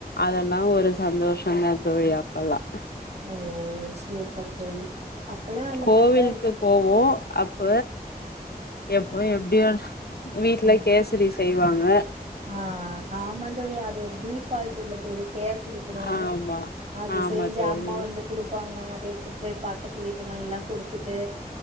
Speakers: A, on the left; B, on the right.
A: அதெல்லா ஒரு சந்தோஷந்தா தோழி அப்பல்லா
B: ஓ சூப்பர் தோழி அப்பல்லா அந்த
A: கோவிலுக்கு
B: மார்தா இருக்கோ தோ
A: போவோ அப்ப எப்ப எப்டியு வீட்ல
B: ம்
A: கேசரி செய்வாங்க
B: ஆ ஆமா தோழி அது ஒரு டிஃவால்ட்டு இல்ல தோழி கேசரி கூடோ
A: ஆமா
B: அது
A: ஆமா
B: செஞ்சி
A: தோழி
B: அம்மா வந்து குடுப்பாங்க அத எத்துட்டு போய் பக்கத்து வீட்டுகள்ளா குடுத்துட்டு